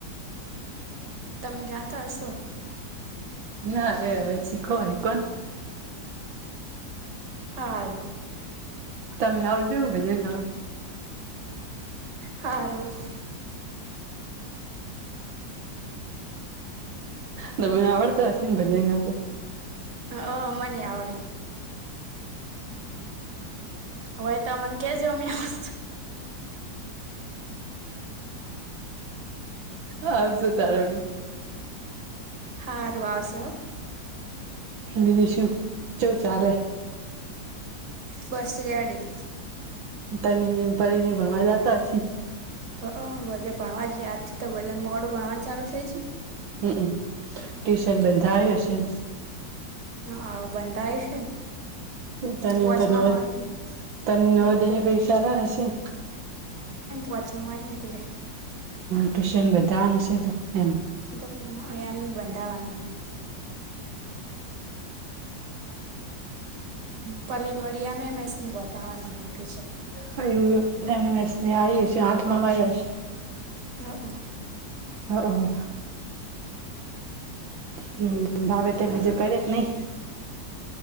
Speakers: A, on the right; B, on the right.
A: તમે ગાતા હશો?
B: ના રે હવે શીખાવે કોણ?
A: હારુ
B: તમે આવજો ભજન ગાવા
A: હારું.
B: તમને આવડતું હશે ન ભજન ગાતા?
A: હા, મને આવડે. હવે, તમ મન કેજો અમે આવશું.
B: આવશું તારોડી.
A: હારું આવશે હો.
B: બીજું શું શું ચાલે?
A: બસ રેડી.
B: તની પરીની ભણવા જતા હશે?
A: હ બધે ભણવા જ આજથી તો બધાને મોડું ભણવાનું ચાલુ થઇ છે.
B: હમ્મ, ટ્યુશન બંધાયું હશે.
A: હ બંધાય છે ને.
B: તની
A: પોચમાં
B: તો નવદ
A: મળે
B: તની નવદની
A: હ
B: પરીક્ષા ના પૈસા આલવા છે.
A: વાચમો હોયન એટલે.
B: ટ્યુશન બધાને છે તો એમ.
A: તો એનું બંધાવાનું હોય પલીન વડી એમ મેથનું બતાવાનું ટુઈશન.
B: હું મેને આવીએ છી આઠ માં માઈ.
A: હક.
B: હા હા. હમ્મ ભાવ એ તે બીજ કરે કે નહી?